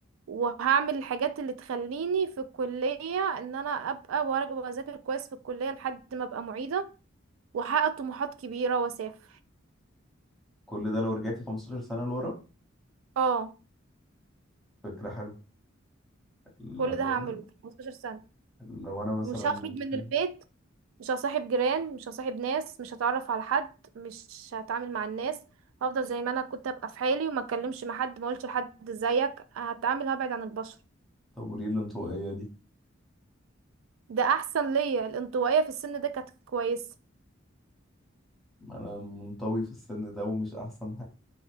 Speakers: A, on the right (about 80°); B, in the centre.
A: وهعمل الحاجات اللي تخليني في الكلية ان انا ابقى وارجع واذاكر كويس في الكلية لحد ما ابقى معيدة واحقق طموحات كبيرة واسافر
B: كل ده لو رجعتي 15 سنة لورا
A: اه
B: فكرة حلوة لو
A: كل ده هعمله
B: أنا
A: في 15 سنة
B: لو أنا مثلا
A: مش
B: ممكن
A: هخرج من البيت مش هصاحب جيران مش هصاحب ناس مش هتعرف على حد مش هتعامل مع الناس هفضل زي ما انا كنت ابقى في حالي وما اتكلمش مع حد ما اقولش لحد زيك هتعامل هبعد عن البشر
B: طب وليه الانطوائية دي
A: ده احسن ليا الانطوائيه في السن ده كانت كويسه
B: ما أنا منطوي في السن ده ومش أحسن